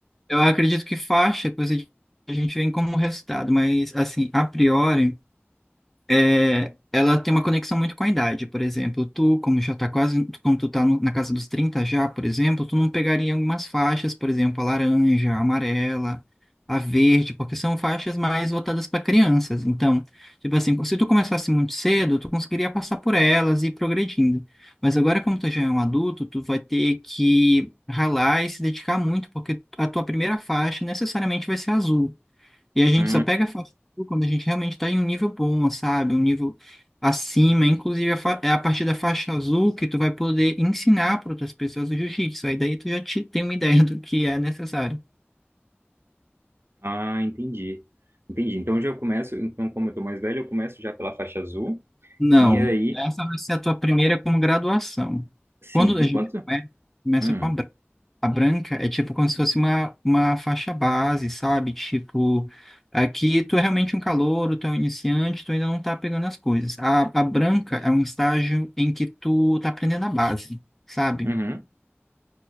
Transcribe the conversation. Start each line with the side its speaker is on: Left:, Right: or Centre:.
Centre: Eu acredito que faixa é coisa de- que a gente vem como resultado, mas assim, a priori. é, ela tem uma conexão muito com a idade. Por exemplo, tu, como já tá quase, tu- como tu tá no- na casa dos 30 já, por exemplo, tu não pegaria algumas faixas, por exemplo, a laranja, a amarela, a verde, porque são faixas mais voltadas para crianças. Então, tipo assim, se tu começasse muito cedo, tu conseguiria passar por elas e ir progredindo. Mas agora, como tu já é um adulto, tu vai ter que ralar e se dedicar muito, porque a tua primeira faixa necessariamente vai ser azul. E a gente
Right: Hum,
Centre: só pega fast food quando a gente realmente está em um nível bom, sabe? Um nível acima. Inclusive, a fa- é a partir da faixa azul que tu vai poder ensinar para outras pessoas o jiu-jitsu. Aí daí tu já te, tem uma ideia <laughs> do que é necessário.
Right: ah, entendi. Entendi. Então já começo, então como eu tô mais velho, eu começo já pela faixa azul.
Centre: Não,
Right: E aí,
Centre: essa vai ser a tua primeira como graduação.
Right: sim.
Centre: Quando a
Right: E
Centre: gente
Right: quanto?
Centre: começa, começa
Right: Hum,
Centre: com a A branca é tipo como se fosse uma, uma faixa base, sabe? Tipo, aqui tu é realmente um calouro, tu é um iniciante, tu ainda não tá pegando as coisas. A, a branca é um estágio em que tu tá aprendendo a base, sabe?
Right: uhum.